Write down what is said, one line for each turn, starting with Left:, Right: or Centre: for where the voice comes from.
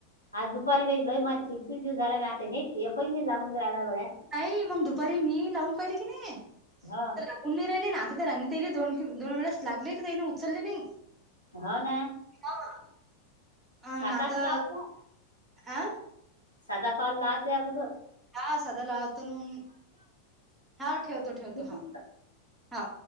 Left: आज दुपारी बागितलोय माझी चिडचिड झालयं एक न ही जाईल बघाय.
Right: नाही म दुपारी मी लावून पाहिले की नी
Left: हो
Right: तला उन्राहिले ना आता तर राणीताईला आणि, दोन दोन वेळेस लागले तर ताईन उचलले नाही.
Left: हाऊ ना!
Right: हा अ हं
Left: साधाच
Right: नं आता
Left: लावत जा
Right: अ
Left: साधा कॉल लावते आगोदर.
Right: हा सधा लावतो ना मग हा ठेवतो, ठेवतो
Left: ठेव
Right: हा हा.